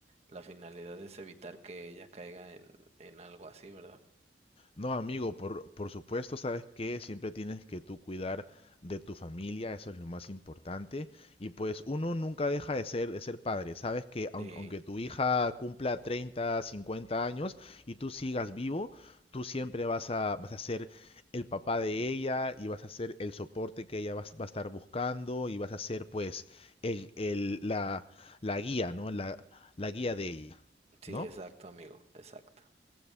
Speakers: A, on the right; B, on the left.
A: la finalidad es evitar que ella caiga en, en algo así, ¿verdad?
B: No, amigo, por, por supuesto, sabes que siempre tienes que tú cuidar de tu familia, eso es lo más importante. Y pues uno nunca deja de ser, de ser padre. Sabes que aun-
A: Sí,
B: aunque tu hija cumpla 30, 50 años y tú sigas vivo, tú siempre vas a, vas a ser el papá de ella y vas a ser el soporte que ella va, a va a estar buscando y vas a ser pues el, el- la, la guía, ¿no? La, la guía de ella,
A: sí,
B: ¿no?
A: exacto, amigo, exacto.